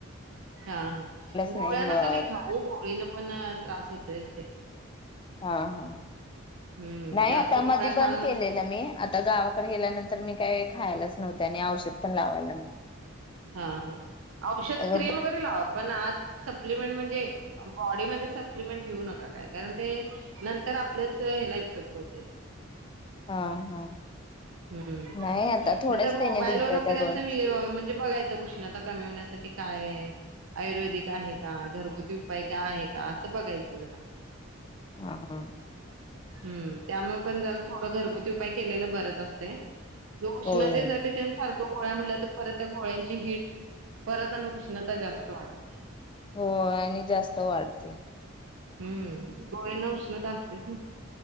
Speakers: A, on the right; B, on the left.
A: हा, हा गोळ्या
B: नाही
A: नाका
B: मग
A: लयी खाऊ गोळी न पण त्रास होत असतेय.
B: हा, हा
A: हम्म
B: नाही
A: जास्त
B: आता
A: गोळ्या
B: मधी
A: खाल
B: बंद
A: ना
B: केलेलं मी आता गावाकडे गेल्यानंतर मी काही खायलाच नव्हते आणि औषध पण लावायला नव्हते.
A: हा, ह औषध
B: अ
A: क्रीम वगैरे लावा. पण आज सप्लिमेंट म्हणजे बॉडीमध्ये सप्लिमेंट घेऊ नका काय कारण ते नंतर आपल्याच हला इफेक्ट होतय.
B: हा हा.
A: हम्म
B: नाही आता थोड्याच
A: त्या मोबाईल
B: त्याने दिलत
A: व वगैरे
B: त्या गोळ
A: असं म्हणजे बघायचं उष्ण कमवण्यासाठी काय आहे आयुर्वेदिक आहे का घरगुती उपाय काय आहे का असं बघायचं जरा
B: हां ह
A: हम् त्यामुळे पण थोडं घरगुती उपाय केलेल बरच असते उष्णतेसाठी
B: होय होय
A: तेन सारख्या गोळ्या म्हल्या तर परत त्या गोळ्यांची हिट परत आणि उष्णता जास्त वाढते
B: हो आणि जास्त वाढते
A: हम्म गोळीना उष्णता असतेच ना